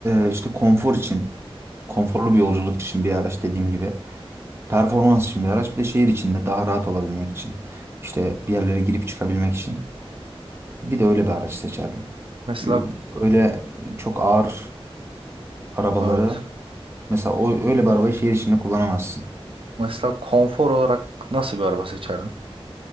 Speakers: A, on the right (about 25°); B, on the right (about 60°).
A: e, işte konfor için, konforlu bir yolculuk için bir araç dediğim gibi, performans için bir araç, bir de şehir içinde daha rahat olabilmek için, işte bir yerlere girip çıkabilmek için bir de öyle bir araç seçerdim.
B: Mesela
A: Yu- Öyle çok ağır arabaları,
B: evet.
A: mesela o öyle bir arabayı şehir içinde kullanamazsın.
B: Mesela konfor olarak nasıl bir araba seçerdin?